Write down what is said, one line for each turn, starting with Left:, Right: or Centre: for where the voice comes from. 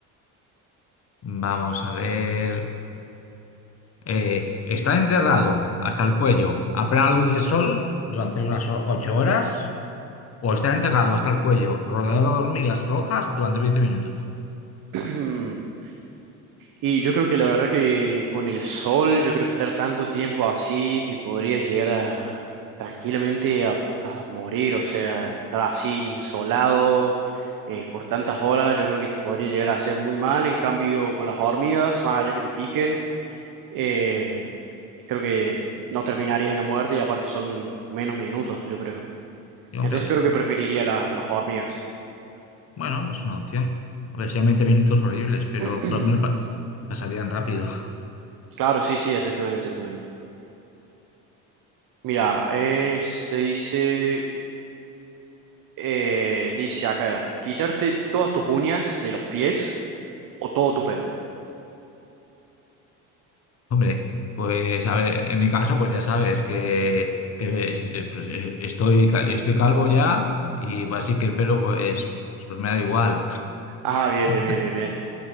Left: Vamos a ver. Eh, está enterrado hasta el cuello a plena luz del sol durante unas o- ocho horas o está enterrado hasta el cuello rodeado de hormigas rojas durante 20 minutos.
Right: <clears throat> Y yo creo que la verdad que con el sol, yo creo que estar tanto tiempo así, te podrías llegar a tranquilamente a, pu- a morir, o sea, estar así insolado eh, por tantas horas, yo creo que te podría llegar a hacer muy mal. En cambio, con las hormigas, más allá que te piquen, eh, creo que no terminarías en la muerte y aparte son menos minutos, yo creo.
Left: Y, hombre,
Right: Entonces creo que preferiría la- las hormigas.
Left: Bueno, es una opción. A ver, sean 20 minutos horribles, pero
Right: <clears throat>
Left: por lo menos pa- pasarían rápido. <laughs>
Right: Claro, sí, sí, exactamente, exactamente. Mira, este dice, eh, dice acá, quitarte todas tus uñas de los pies o todo tu pelo.
Left: Hombre, pues a ver, en mi caso, pues ya sabes que, que est- eh, pues, eh, estoy, ca- estoy calvo ya y pues, así que el pelo pues, pues me da igual.
Right: Ah, bien,
Left: <laughs>
Right: bien, bien, bien, bien.